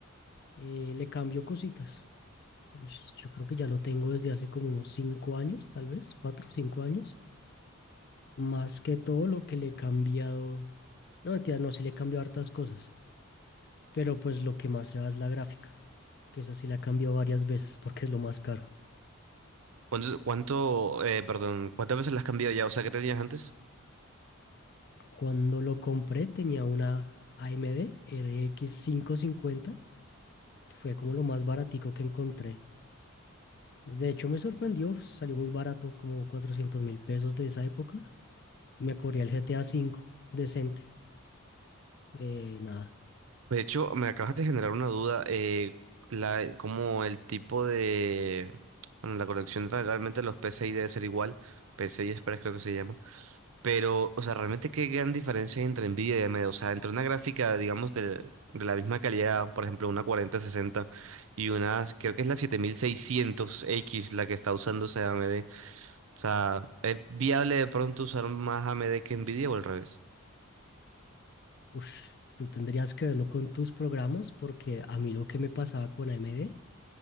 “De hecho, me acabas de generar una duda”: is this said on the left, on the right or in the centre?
Right